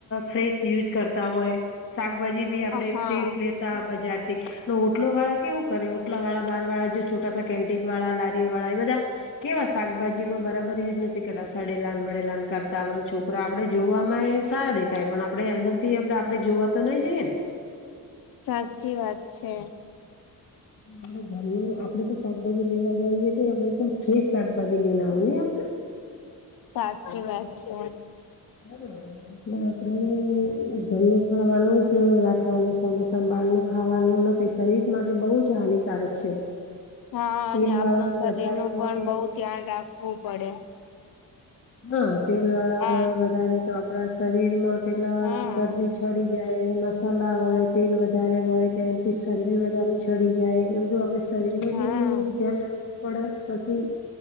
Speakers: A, on the left; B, on the left.
A: ફ્રેશ યુઝ કરતા હોય, શાકભાજી આપડે
B: હા
A: ફ્રેશ લેતા બજાર થી ને ઓટલો વાળા કેવું કરે ઓટલા વાળા બાર વાળા જો છોટાસા કે- વાળા લારીઓ વાળા એ બધા કેવા શકભાજી કોઈ બરાબર યુઝ નથી, કરે સડેલાન બડેલા કરતા હોન છોકરા આપડે જો એમ સારા દેખાય પણ આપડે અંદર થી આપ આપડે જોવા તો નઈ જઈએ, ને
B: સાચી વાત છે.
A: હા <unintelligible> ઘરમાં આપડે તોાકાજી લેવા જઈએ, તો આપ એકદમ ફ્રેશ શાકભાજી લેના હોય હી આવતા.
B: સાચી વાત છે.
A: હ એટલે આપડે ઘરનું ખાવાનું જ રાખવાનું ચોમાસા બાર નું ખાવાનું નથી. તે સહિત માટે બહુ જ હાનિકારક છે.
B: હા,
A: તેલ
B: અને આપણું
A: વાળું
B: શરીર
A: વધારે
B: નું
A: હોય
B: પણ બહુ ધ્યાન રાખવું પડે.
A: હા, તેલ વાળા
B: હા
A: હોય વધારે તો આપડા શરીર માં પેલા
B: હમ
A: શરદી છડી જાય મસાલા હોય તેલ વધારે હોય તેનાથી શરબી વધારે ચડી જાય. એ બધું આપડે શરીરને
B: હમ
A: બી ધ્યાન રાખું પડે પછી